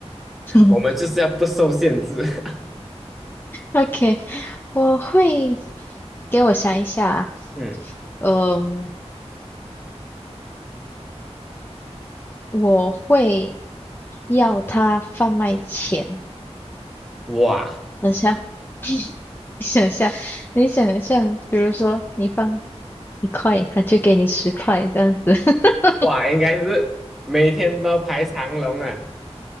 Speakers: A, on the left (about 20°); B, in the centre.
A: <laughs>
B: 我们就是要不受限制。<laughs>
A: OK，我会给我想一下，
B: 嗯，
A: 嗯、我会要他贩卖钱。
B: 哇
A: 等一下，<laughs> 你想象，你想象，比如说你放一块，他就给你十块这样子。<laughs>
B: 哇，应该是每天都排长龙啊。